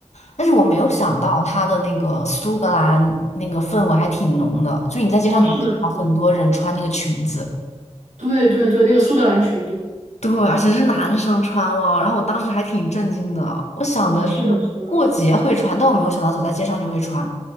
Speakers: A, on the left; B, on the right.
A: 但是我没有想到它的那个苏格兰那个氛围还挺浓的，就你在街上能看到很多人穿那个裙子。
B: 我哦，是的，是的，对对对，那个苏格兰群，对不对？
A: 对，而且是男生穿哦，然后我当时还挺震惊的，我想的是过节会穿，
B: 啊，是的，是的。
A: 但我没有想到走在街上就会穿。